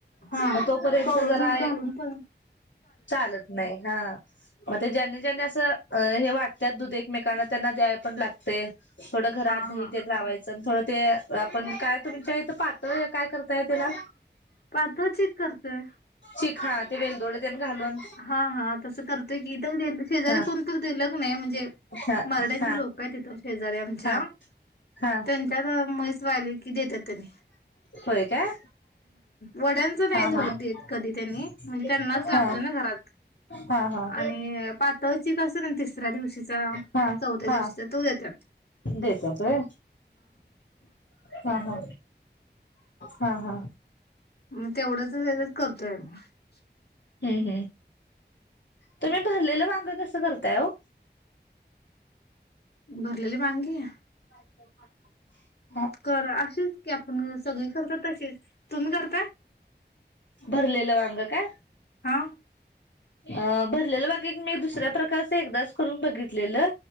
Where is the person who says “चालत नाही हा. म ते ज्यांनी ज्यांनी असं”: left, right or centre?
Left